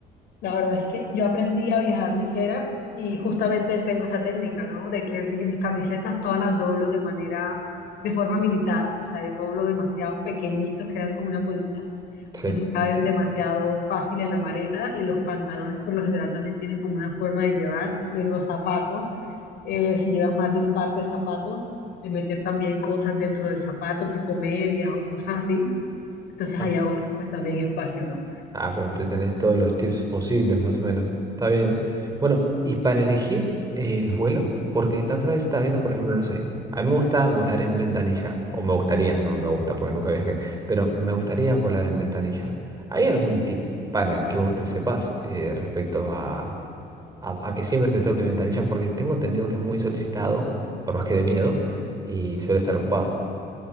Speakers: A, on the left; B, on the right.
A: la verdad es que yo aprendí a viajar ligera y justamente tengo esa técnica, ¿no? De que mi- mis camisetas todas las doblo de manera, de forma militar, o sea, yo doblo demasiado pequeñitos, quedan como una bolita,
B: Sí.
A: entonces caben demasiado fácil en la maleta y los pantalones por lo general también tienen como una forma de llevar, de los zapatos, eh, si llevas más de un par de zapatos, de meter también cosas dentro del zapato, tipo medias o cosas así. Entonces
B: Ah,
A: ahí ahorras pues también espacio, ¿no?
B: ah, pero te tenés todos los tips posibles, más o menos. Está bien. Bueno, y para elegir eh, el vuelo, porque la otra vez estaba viendo, por ejemplo, no sé, a mí me gusta volar en ventanilla, o me gustaría, no me gusta porque nunca viajé, pero me gustaría volar en ventanilla. ¿Hay algún tip para que vos te sepas eh, respecto a, a, a que siempre te toque ventanilla? Porque tengo entendido que es muy solicitado, por más que de miedo, y suele estar ocupado.